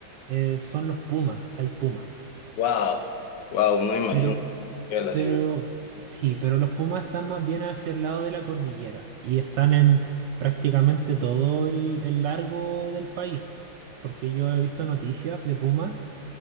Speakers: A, on the right (about 80°); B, on the left (about 80°).
A: eh, son los pumas, hay pumas.
B: Wow. Wow, no me imagino
A: Pero,
B: que era la
A: pero,
B: ciudad.
A: sí, pero los pumas están más bien hacia el lado de la cordillera y están en prácticamente todo el, el largo del país, porque yo he visto noticias de pumas